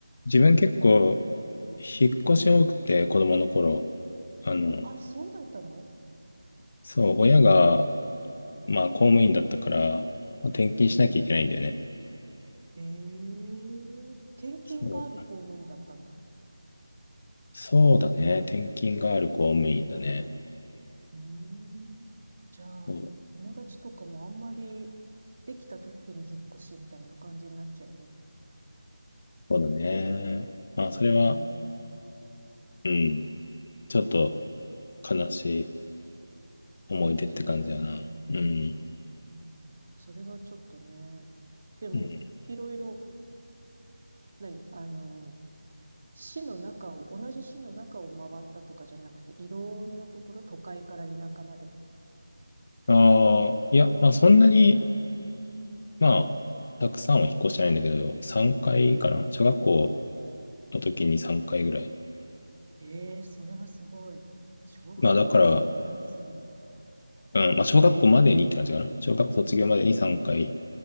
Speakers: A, on the left; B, on the right.
A: 自分結構、引っ越し多くて、
B: うん。
A: 子供の頃。あの、
B: あ、そうだったの
A: そう、親が、まあ、公務員だったから、まあ、転勤しなきゃいけないんだよね。
B: うん。ええ転勤がある公務員だったんだ。
A: そう、そうだね。転勤がある公務員だね。
B: うーん。じゃあ、
A: そう、
B: 友達とかもあんまりできた時に引っ越しみたいな感じになっちゃうよね。
A: そうだね。まあ、それは、
B: うーん。
A: うん、ちょっと悲しい思い出って感じだな。
B: そうだよね。
A: うん、
B: うんそれはちょっとね。でも、
A: うん。
B: いろいろ、何あの、市の中を、同じ市の中を回ったとかじゃなくて、いろんなところ、都会から田舎まで
A: ああ、いや、まあ、そんなに、まあ、たくさんは引っ越してないんだけど、3回かいかな。小学校の時に3回ぐらい。
B: ええそれはすごい。小学校で3回はすごい。
A: まあだから、うん、まあ、小学校までにって感じかな。小学校卒業までに3回